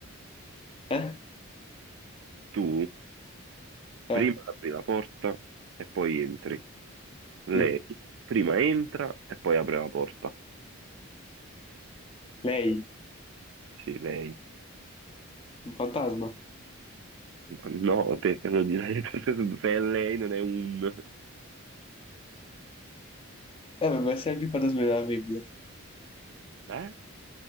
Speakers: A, on the left; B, on the right.
A: Eh?
B: Tu
A: Eh,
B: prima apri la porta e poi entri. Lei
A: sì,
B: prima entra e poi apre la porta.
A: lei,
B: Sì, lei.
A: un fantasma.
B: No, te te lo direi, <laughs> se è lei non è un...
A: Eh, ma essere anche il fantasma della femmina.
B: Eh?